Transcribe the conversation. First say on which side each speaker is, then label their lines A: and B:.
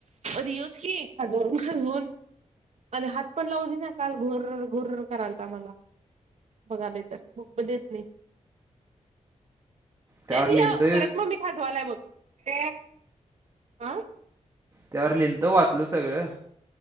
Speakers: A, on the right; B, on the right.
A: रियोस की खजवून खजवून आणि हात पण लावू दे ना काल घोर घोर करायल तमला बघाले तर देत नाही
B: त्यावर
A: एरिया
B: लिहिलतो
A: परत मग मी खाजवालाय मग आं
B: त्यावर लिलत वाचलो सगळं